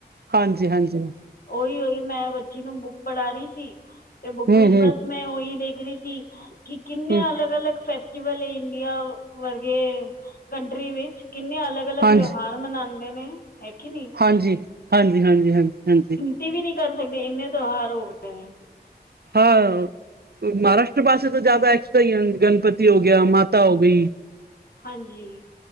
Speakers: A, on the right (about 70°); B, on the left (about 60°).
A: ਹਾਂਜੀ-ਹਾਂਜੀ।
B: ਓਹਿ ਓਹਿ ਮੈਂ ਵ। ਚੀ ਨੂੰ ਬੁੱਕ ਪੜਾ ਰਹੀ ਸੀ, ਤੇ ਬੁੱਕ
A: ਹੂੰ
B: ਵਿਚ
A: ਹੂੰ
B: ਬਸ ਮੈਂ ਉਹੀ ਦੇਖ ਰਹੀ ਸੀ। ਕਿ ਕਿੰਨੇ
A: ਹੂੰ
B: ਅਲੱਗ-ਅਲੱਗ ਫੈਸਟੀਵਲ ਹੈ ਇੰਡੀਆ ਓ। ਵਰਗੇ ਕੰਟਰੀ ਵਿੱਚ, ਕਿੰਨੇ ਅਲੱਗ-ਅਲੱਗ
A: ਹਾਂਜੀ
B: ਤਿਉਹਾਰ ਮਨਾਉਂਦੇ ਨੇ। ਕਿ ਨਹੀਂ
A: ਹਾਂਜੀ, ਹਾਂਜੀ-ਹਾਂਜੀ-ਹਾਂਜੀ-ਹਾਂਜੀ।
B: ਈ ਵੀ ਨਹੀਂ ਕਰ ਸਕਦੇ, ਇੰਨੇ ਤਉਹਾਰ ਹੋ। ਹ।
A: ਹਾਉ, ਮਹਾਰਾਸ਼ਟਰ ਪਾਸੇ ਤਾਂ ਜ਼ਿਆਦਾ ਐ। ਕਇਅਨ ਗਣਪਤੀ ਹੋ ਗਿਆ, ਮਾਤਾ ਹੋ ਗਈ।
B: ਹਾਂਜੀ,